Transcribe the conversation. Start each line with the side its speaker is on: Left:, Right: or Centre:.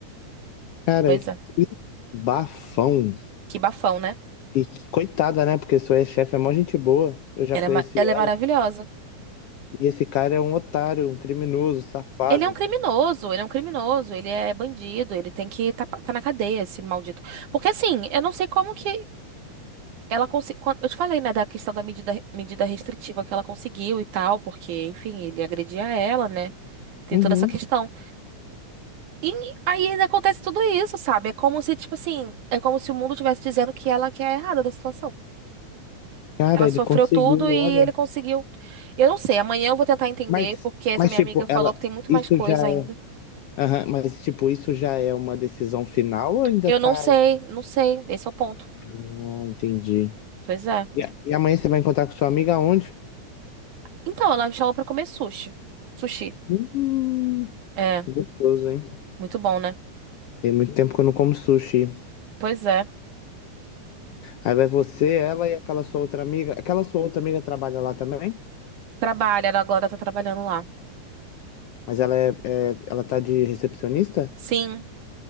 Left: Cara,
Right: pois
Left: que
Right: é,
Left: bafão.
Right: que bafão, né?
Left: E que coitada, né? Porque sua ex-chefe é mó gente boa. Eu já
Right: Ela
Left: conheci
Right: é, ma- ela
Left: ela.
Right: é maravilhosa.
Left: E esse cara é um otário, um criminoso, safado.
Right: Ele é um criminoso, ele é um criminoso, ele é bandido, ele tem que tá, pa- tá na cadeia, esse maldito. Porque assim, eu não sei como que ela conseguiu. Eu te falei, né, da questão da medida, medida restritiva que ela conseguiu e tal, porque, enfim, ele agredia ela, né? Tem
Left: Uhum.
Right: toda essa questão. E aí ainda acontece tudo isso, sabe? É como se, tipo assim, é como se o mundo estivesse dizendo que ela que é a errada da situação.
Left: Cara,
Right: Ela sofreu
Left: ele conseguiu,
Right: tudo e
Left: olha.
Right: ele conseguiu. Eu não sei, amanhã eu vou tentar entender,
Left: Mas,
Right: porque essa
Left: mas
Right: minha
Left: tipo,
Right: amiga falou
Left: ela,
Right: que tem muito
Left: isso
Right: mais coisa
Left: já
Right: ainda.
Left: é. Aham, mas, tipo, isso já é uma decisão final ou ainda
Right: Eu
Left: tá.
Right: não sei, não sei, esse é o ponto.
Left: Ah, entendi.
Right: Pois é.
Left: E, a- e amanhã você vai encontrar com sua amiga aonde?
Right: Então, ela me chamou pra comer sushi. Sushi.
Left: Hum,
Right: É,
Left: gostoso, hein?
Right: muito bom, né?
Left: Tem muito tempo que eu não como sushi.
Right: Pois é.
Left: Aí vai você, ela e aquela sua outra amiga. Aquela sua outra amiga trabalha lá também?
Right: Trabalha, a Glória tá trabalhando lá.
Left: Mas ela é, é- ela tá de recepcionista?
Right: Sim,